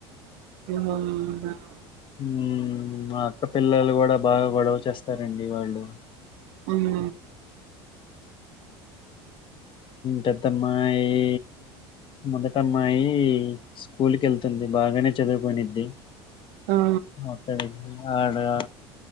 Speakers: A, on the right (about 65°); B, on the left (about 35°).
A: హ అవునా <unintelligible>
B: హు మా అక్కపిల్లలు కూడా బాగా గొడవ చేస్తారండి వాళ్ళు
A: ఉ హు
B: పెద్దమ్మాయి మొదటమ్మాయి స్కూల్ కి వెళ్తుంది బాగానే చదువుకున్నిది
A: ఆ ఆ!
B: మొత్తడికి ఆడా